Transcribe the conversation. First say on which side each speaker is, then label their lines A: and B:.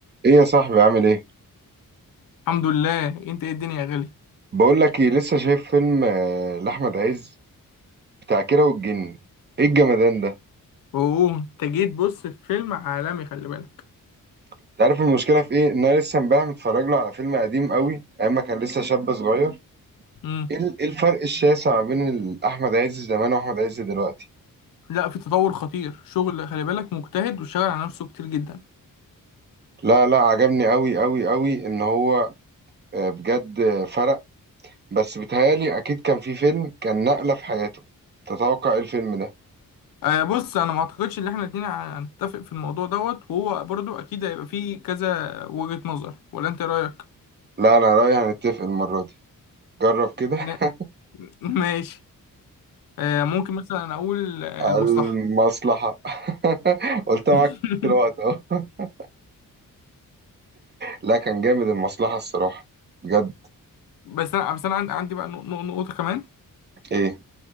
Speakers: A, on the right (about 30°); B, on the left (about 75°).
A: ايه يا صاحبي عامل ايه
B: الحمد لله انت ايه الدنيا يا غالي
A: بقول لك ايه لسه شايف فيلم آه، لاحمد عز بتاع كيرة والجن ايه الجمدان ده
B: اوه انت جيت بص في فيلم عالمي خلي بالك
A: انت عارف المشكله في ايه ان انا لسه امبارح متفرج له على فيلم قديم قوي ايام ما كان لسه شاب صغير
B: امم
A: ايه ال- إيه الفرق الشاسع ما بين ال- احمد عز زمان واحمد عز دلوقتي
B: لا في تطور خطير شغل خلي بالك مجتهد وشغال على نفسه كتير جدا
A: لا لا عجبني قوي قوي قوي ان هو آه، بجد آه، فرق بس بيتهيالي اكيد كان في فيلم كان نقله في حياته تتوقع ايه الفيلم ده
B: آه بص انا ما اعتقدش ان احنا الاتنين ع- هنتفق في الموضوع دوت وهو برضو اكيد هيبقى فيه كذا وجهة نظر ولا انت إيه رايك
A: لا انا رايي هنتفق المره دي جرب كده
B: م-
A: <laughs>
B: <laughs> ماشي آه ممكن مثلا اقول آه،
A: المصلحة
B: المصلحة
A: <laughs> قلت معاك
B: <laughs>
A: في الوقت اهو <laughs> لا كان جامد المصلحة الصراحة بجد
B: بس انا بس انا عن- عندي بقى نق- نق- نقطة كمان
A: ايه